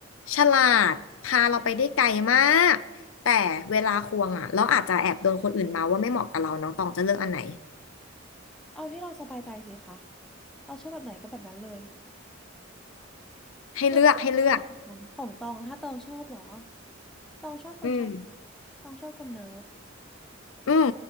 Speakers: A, on the left (about 80°); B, in the centre.
A: ฉลาดพาเราไปได้ไกลมากแต่เวลาควงอ่ะเราอาจจะแอบโดนคนอื่นมาว่าไม่เหมาะกับเราน้องตองจะเลือกอันไหน
B: เอาที่เราสบายใจสิคะเราชอบแบบไหนก็แบบนั้นเลย
A: ให้เลือกให้เลือก
B: คือแต่ละคนชอเหมือนกันของตองถ้าตองชอบเหรอตองชอบคนฉลาด
A: อืม
B: ตองชอบคนเนิร์ด
A: อืม